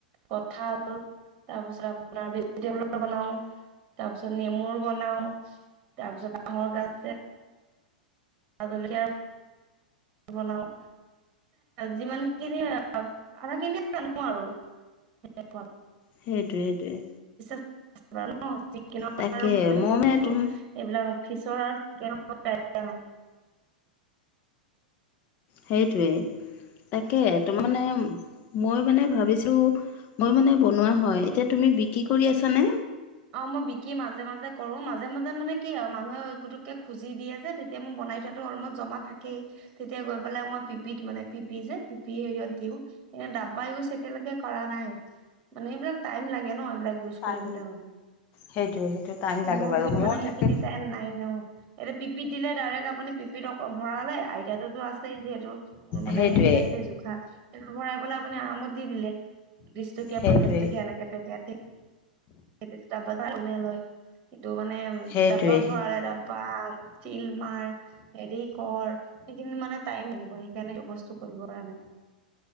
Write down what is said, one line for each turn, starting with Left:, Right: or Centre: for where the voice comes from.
Right: কঁঠাল তাৰপিছত আপোনাৰ ভেজিটেবলৰ বনাও তাৰ পিছত নেমুৰ বনাও তাৰপিছত বাহৰ গাজ আৰু জলকীয়া বনাওঁ যিমানখিনি আধাখিনিয়ে জানো আৰু তেনেকুৱাও।
Left: সেইটোৱে সেইটোৱে।
Right: এইবাৰ ন কিনক
Left: তাকে
Right: আৰু মই এইবিলাক
Left: মানে তুম
Right: ফিছৰ আৰু চিকেনৰকত পায় হয়।
Left: সেইটোৱে। তাকে তো মানে মই মানে ভাবিছো মই মানে বনোৱা হয়, এতিয়া তুমি বি বিক্ৰী কৰি আছানে?
Right: অহ মই বিকি মাজে মাজে কৰো মাজে মাজে মানে কি আৰু মানুহে পুতুককে খুজি দিয়ে যে তেতিয়া মোৰ বনাই থোৱাতো অলমষ্ট জমা থাকেই, তেতিয়া গৈ পেলাই মই পিপিত মানে পিপি যে পিপি হেৰিয়ত দিওঁ। এ ডাবা ইউজ এতিয়ালৈকে কৰা নাই, মানে এইবিলাক টাইম লাগে ন এইবিলাক ইউজ
Left: টাইম
Right: কৰিবলে হলে।
Left: সেইটোৱে সেইটো টাইম
Right: মোৰ
Left: লাগে বাৰু
Right: গুৰিত
Left: মই
Right: মানে সেইখিনি
Left: তাকে
Right: টাইম নাই ন? এতিয়া পিপিত দিলে ডাৰে তাতে আপুনি পিপিতক ভৰালে, আইডিয়াটো তো আছে যিহেতু মানে
Left: সেইটোৱে
Right: হেৰি আছে জোখা সে ভৰাই পলে আপুনি আৰামত দি দিলে, বিশ টকীয়া
Left: সেইটোৱে
Right: -পঞ্চাশ টকীয়া এনেকে পেকেট। সেইটো তাপা কোনে লয়। এইটো মানে
Left: সেইটোৱে
Right: ডাবা ভৰালে ডাবা চিল মাৰ হেৰি কৰ, সেইখিনি মানে টাইম লাগিব সেইকাৰণে সেই বস্তু কৰিব পৰা নাই।